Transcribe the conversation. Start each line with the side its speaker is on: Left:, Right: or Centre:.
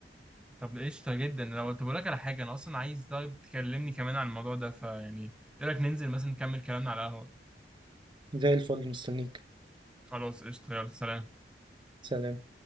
Centre: طب قشطة جدا لو طب أقول لك على حاجة أنا أصلا عايز طيب تكلمني كمان عن الموضوع ده فيعني إيه رأيك ننزل مثلا نكمل كلامنا على القهوة
Right: زي الفل مستنيك
Centre: خلاص قشطة يلا سلام
Right: سلام